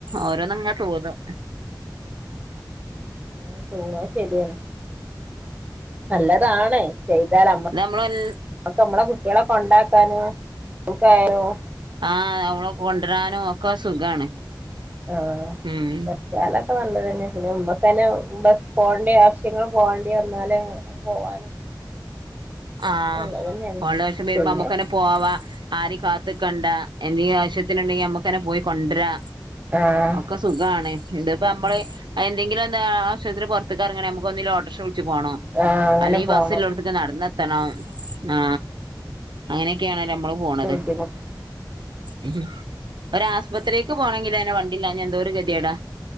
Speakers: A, on the right; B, on the right.
A: ഓരോന്നങ്ങനെ തോന്നും.
B: <unintelligible> ശരിയാണ് നല്ലതാണെ ചെയ്താലമ്മ
A: നമ്മളെൽ
B: അക്ക നമ്മളെ കുട്ടികളൊക്കെ ഉണ്ടാക്കാനും സ്കൂൾക് ആയാലും
A: ആഹ് നമ്മളെ കൊണ്ടരാനും ഒക്കെ സുഖാണ്
B: ആഹ്
A: ഉം
B: ചെലതൊക്കെ നല്ലത് തന്നെ പിന്നെ മുമ്പക്ക് തന്നെ ബസ് പോകേണ്ടി ആവശ്യങ്ങൾ പോകേണ്ടി വന്നാലേ ഇപ്പ പോവാനും
A: ആഹ്
B: നല്ലതന്നെയാണ്
A: പോവണ്ടെ ആവശ്യം വരുമ്പോ
B: പിന്നെ
A: നമ്മക്കന്നെ പോവാ ആരീം കാത്ത്ക്കണ്ട എന്തെങ്കും ആവശ്യത്തിനുണ്ടെങ്കി നമ്മുക്കന്നെ പോയി കൊണ്ട്വരാ
B: ആഹ്
A: ഒക്കെ സുഖാണ് ഇന്ത ഇപ്പ നമ്മള് എന്തെങ്കിലും എന്ത ആവിശ്യത്തിന് പുറത്ത്ക്ക് ഇറങ്ങണേ നമുക്ക് ഒന്നങ്കി ഓട്ടറിഷ വിളിച്ച പോണം.
B: ആഹ് അങ്ങനെ
A: അല്ലെങ്കിബസ്സള്ളടത്തക്കെ
B: പോണം
A: നടന്നെത്തണം
B: ഉം
A: ആ അങ്ങനെയൊക്കെയണ നമ്മള് പോണത്
B: ബുദ്ധിമുട്ട്
A: ഉം ഒരാശുപത്രിേക്ക് പോണെങ്കിൽ തന്നെ വണ്ടില്ലഞാൻ എന്തോ ഒരു ഗതികേടാ.